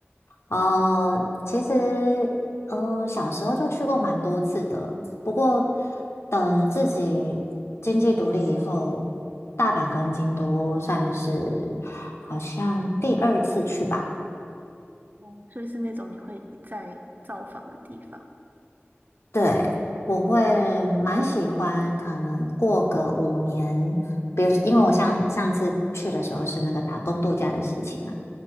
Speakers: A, on the left; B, on the right.
A: 呃，其实呃，小时候就去过蛮多次的，不过等自己经济独立以后，大阪跟京都算是好像第二次去吧。
B: 哦，所以是那种你会一再造访的地方。
A: 对，我会蛮喜欢，可能过个五年，比如因为我上上次去的时候是那个打工度假的事情嘛。